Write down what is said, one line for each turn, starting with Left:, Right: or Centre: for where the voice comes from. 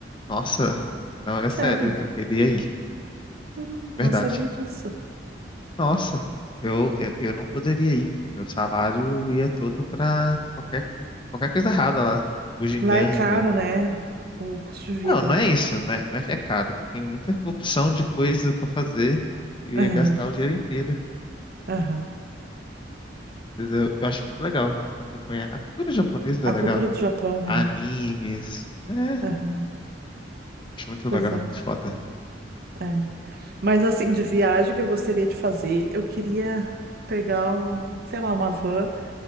Left: Nossa, não, é
Right: Sério?
Left: sério. Eu queria ir. muito,
Right: Hum,
Left: Verdade.
Right: não sabia disso.
Left: Nossa, eu, eu, eu não poderia ir, porque meu salário ia todo pra qualquer, co- qualquer coisa errada lá. Bugiganga.
Right: Lá é caro, né? O custo de vida.
Left: Não, não é isso. Não é, não é que é caro. É que tem muita opção de coisa pra fazer. Eu
Right: Aham,
Left: ia gastar o dinheiro inteiro.
Right: aham.
Left: Entendeu? Eu acho muito legal acompanhar. A cultura japonesa
Right: A
Left: é legal.
Right: cultura do Japão, né?
Left: animes. É,
Right: Aham.
Left: acho muito
Right: Pois
Left: legal,
Right: é,
Left: muito foda.
Right: é. Mas assim, de viagem que eu gostaria de fazer, eu queria pegar um, sei lá, uma van